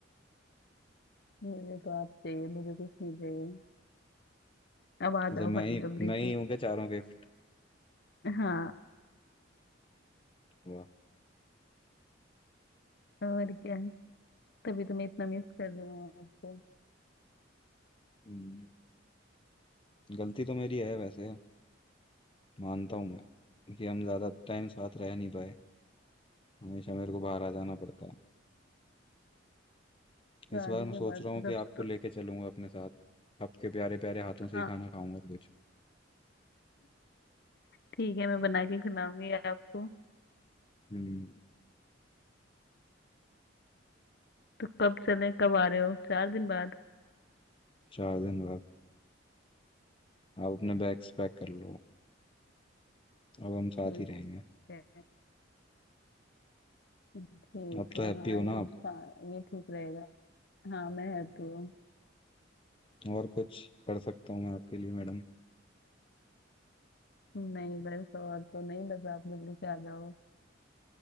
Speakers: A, on the left (about 55°); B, on the left (about 25°).
A: मुझे तो आप चाहिए मुझे कुछ नहीं चाहिए अब आ
B: अच्छा
A: जाओ
B: मैं
A: फट
B: ही
A: जल्दी
B: मैं ही
A: से
B: हूँ क्या चारों गिफ्ट
A: हाँ
B: वाह
A: और क्या तभी तो मैं इतना मिस कर रही हूँ आपको
B: हम्म, गलती तो मेरी है वैसे मानता हूँ मैं कि हम ज़्यादा टाइम साथ रह नहीं पाए हमेशा मेरे को बाहर आ जाना पड़ता इस
A: शादी
B: बार मैं
A: के
B: सोच
A: बाद
B: रहा हूँ
A: से सबसे
B: कि आपको
A: तो
B: लेके चलूंगा अपने साथ आपके प्यारे प्यारे हाथों से
A: हाँ
B: ही खाना खाऊंगा कुछ
A: ठीक है मैं बना के खिलाऊंगी आपको
B: हम्म
A: तो कब चले कब आ रहे हो चार दिन बाद
B: चार दिन बाद आप अपने बैग्स पैक कर लो अब हम साथ
A: ठीक
B: ही रहेंगे
A: है ठीक
B: अब तो
A: है
B: हैप्पी
A: हाँ
B: हो
A: ये
B: ना आप
A: चा- ये ठीक रहेगा हाँ मैं हैप्पी हूँ
B: और कुछ कर सकता हूँ मैं आपके लिए मैडम
A: नहीं बस और तो नहीं बस आप जल्दी से आ जाओ